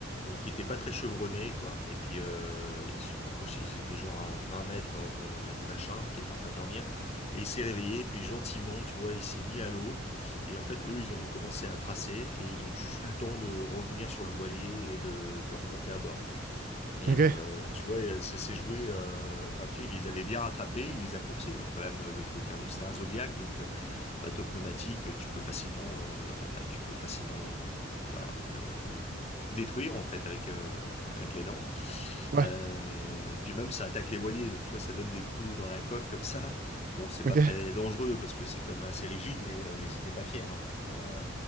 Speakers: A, on the left; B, on the right.
A: bon qui était pas très chevronné quoi. Et puis euh, ils se sont rapprochés, ils étaient genre à 20 mètres euh, du machin qui était en train de dormir. Et il s'est réveillé, puis gentiment tu vois il s'est mis à l'eau. Et en fait eux ils ont commencé à tracer, et ils ont juste eu le temps de revenir sur le voilier et de, de remonter à bord. Mais
B: ouais.
A: euh,
B: OK.
A: tu vois, euh, c'est c'est joué. euh, Enfin, tu vois, il les avait bien rattrapés, il les a coursés hein, quand même euh, le truc. hein. Donc c'était un Zodiac, donc euh, bateau pneumatique, euh, tu peux facilement, euh, bah, tu peux facilement, voilà, euh, détruire en fait avec euh, avec les dents.
B: Ouais.
A: Euh, et puis même ça attaque les voiliers, donc tu vois, ça donne des coups dans la coque comme ça. Bon, c'est pas
B: OK.
A: très dangereux parce que c'est comme assez rigide, mais euh, ils étaient pas fiers. hein. Euh,